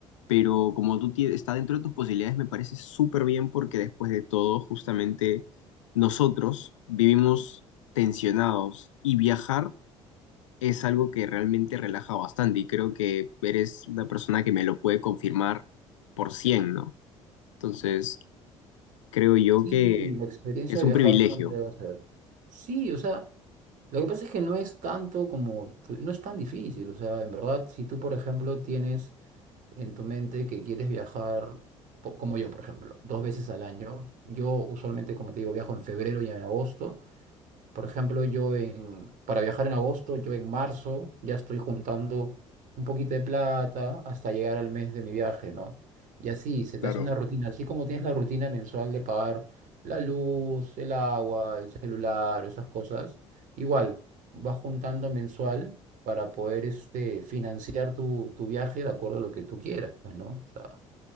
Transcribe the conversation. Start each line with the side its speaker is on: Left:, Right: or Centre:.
Left: pero como tú tie- está dentro de tus posibilidades, me parece súper bien porque después de todo, justamente nosotros vivimos tensionados y viajar es algo que realmente relaja bastante y creo que eres una persona que me lo puede confirmar por 100, ¿no? Entonces, creo yo
Right: Sí,
Left: que
Right: la experiencia
Left: que es
Right: de
Left: un
Right: viajar
Left: privilegio.
Right: siempre va a ser. Sí, o sea, lo que pasa es que no es tanto como, tu- no es tan difícil, o sea, en verdad, si tú, por ejemplo, tienes en tu mente que quieres viajar, po- como yo, por ejemplo, dos veces al año. Yo usualmente, como te digo, viajo en febrero y en agosto. Por ejemplo, yo en, para viajar en agosto, yo en marzo ya estoy juntando un poquito de plata hasta llegar al mes de mi viaje, ¿no? Y así, se te
Left: Claro,
Right: hace una rutina, así como tienes la rutina mensual de pagar la luz, el agua, el celular, esas cosas, igual vas juntando mensual para poder este, financiar tu, tu viaje de acuerdo a lo que tú quieras, pues, ¿no? O sea,